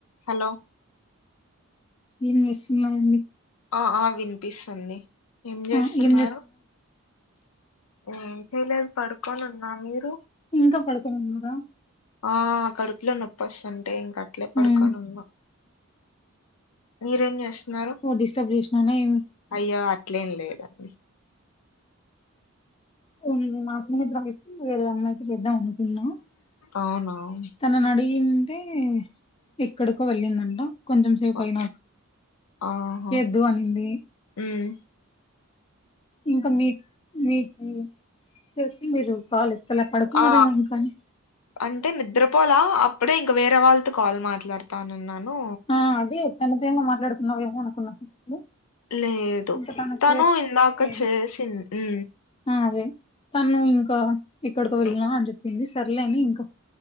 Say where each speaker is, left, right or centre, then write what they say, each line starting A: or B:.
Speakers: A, on the left (about 85°); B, on the left (about 25°).
A: Hello
B: నేన్ జేస్తున్న అండీ
A: ఆ ఆ వినిపిస్తుంది ఏం చేస్తున్నారు
B: ఆ ఏం
A: ఏం చేయలేదు పడుకొని ఉన్నా మీరు
B: ఇంకా పడుకొనివున్నారా
A: ఆ కడుపులో నొప్పస్తుంటే ఇంక అట్లే పడుకని
B: ఉమ్
A: ఉన్న మీరేమ్ చేస్తున్నారు
B: నువ్ డిస్టర్బ్ చేసినాన ఏం
A: అయ్యో అట్లేం లేదండి
B: ఉ మా సిమ్ <unintelligible> వేరేది అమ్మాయి చేద్దాం అనుకున్నా
A: అవునా ఉమ్
B: తనను అడిగింటే ఎక్కడికో వెళ్ళిందంట కొంచం సేపు
A: ఆ-
B: అయినాక
A: ఆహా
B: చెధ్ దు అనింది
A: ఉమ్
B: ఇంకా మీక్ మీకు చేస్తె మీరు కాలు ఎత్తలా పడుకున్నారేమో
A: ఆ
B: ఇంకాని
A: అంటే నిద్రపోలా అప్పుడే ఇంక వేరే వాళ్ళతో కాల్ మాట్లాడతానన్నాను
B: ఆ అదే తన తనే మాట్లాడుతున్నావేమో అనుకున్నా ఫస్ట్
A: లేదు
B: ఇంకా తనకు
A: తను
B: చేస్తే
A: ఇందాక చేసిం ఉ
B: ఆ అదే తను ఇంకా ఎక్కడికొ వెళ్ళిన
A: ఉమ్
B: అని చెప్పింది సర్లేని ఇంకా